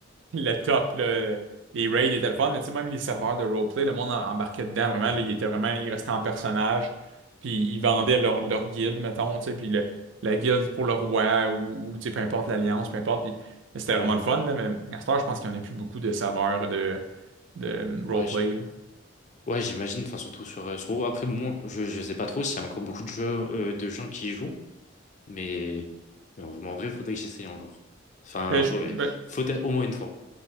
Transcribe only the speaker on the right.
le top, là. Les raids étaient le fun, mais tu sais, même les serveurs de roleplay, le monde en- embarquait dedans, vraiment,
là, il était vraiment, il restait en personnage, puis ils vendaient
leur, leur guilde, mettons, tu sais, puis le- la guilde pour le roi, ou, ou, tu sais, peu importe l'alliance, peu importe, puis c'était
vraiment le fun, là, mais à cette heure, je pense qu'il n'y en a plus beaucoup de serveurs de, de roleplay,
là.
Euh,
je- ben,